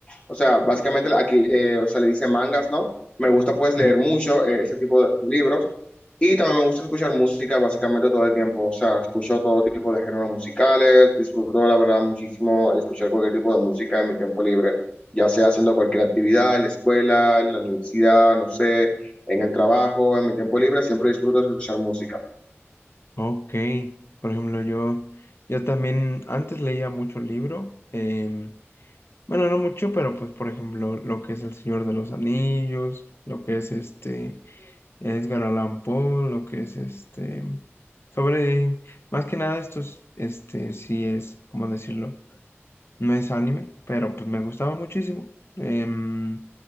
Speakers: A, on the left; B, on the left.
A: o sea, básicamente aquí, eh, o sea, le dicen mangas, ¿no? Me gusta pues leer
B: Sí.
A: mucho eh, ese tipo de libros. Y también me gusta escuchar música básicamente todo el tiempo, o sea, escucho todo tipo de géneros musicales, disfruto la verdad muchísimo escuchar cualquier tipo de música en mi tiempo libre, ya sea haciendo cualquier actividad, en la escuela, en la universidad, no sé, en el trabajo, en mi tiempo libre, siempre disfruto escuchar música.
B: Ok, por ejemplo, yo, yo también antes leía mucho libro, em, bueno, no mucho, pero pues por ejemplo, lo que es El Señor de los Anillos, lo que es este Edgar Allan Poe, lo que es este, sobre, más que nada esto es, este, sí es, ¿cómo decirlo? No es anime, pero pues me gustaba muchísimo. Em,